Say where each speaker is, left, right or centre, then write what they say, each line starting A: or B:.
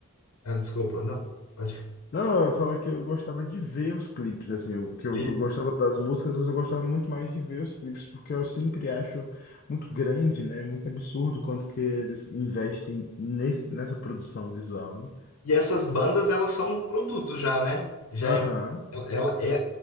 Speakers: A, on the left; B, on the left.
A: Ah, desculpa, não. Pode.
B: Não, eu ia falar que eu gostava de ver os clipes, assim, o que eu,
A: E
B: eu gostava das músicas, mas eu gostava muito mais de ver os clipes, porque eu sempre acho muito grande, né, muito absurdo quanto que eles investem nesse, nessa produção visual, né?
A: E essas bandas, elas são um produto já, né? Já
B: Aham,
A: é, ela é,